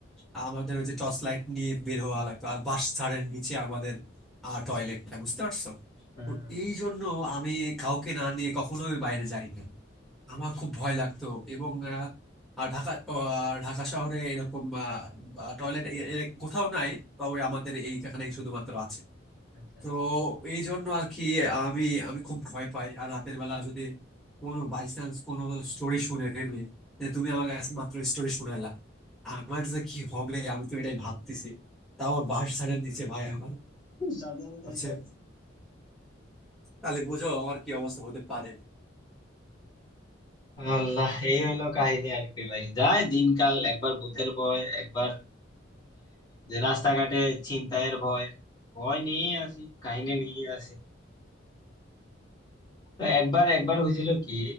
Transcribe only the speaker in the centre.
আমাদের ওই যে টর্চ লাইট নিয়ে বের হওয়া লাগতো আর বাস ছাড়ের নিচে আমাদের টয়লেটটা বুঝতে পারছো
তো এই জন্য আমি কাউকে না নিয়ে কখনোই বাইরে যাই না আমার খুব ভয় লাগতো এবং আহ, আর ঢাকা আহ, ঢাকা শহরে এরকম টয়লেট কোথাও নাই বা ওই আমাদের এইখানে শুধুমাত্র আছে
তো
এই জন্য আর কি আমি আমি খুব ভয় পাই আর রাতের বেলা যদি কোনো বাই চান্স কোনো স্টোরি শুনে ফেলি যে তুমি আমার কাছে মাত্র স্টোরি শুনালা আমার যে কি হবে আমি তো এটাই ভাবতেছি তাও আর বাঁশ ঝাড়ের নিচে ভাই আমার
হচ্ছে তাহলে বুঝো আমার কি অবস্থা হতে পারে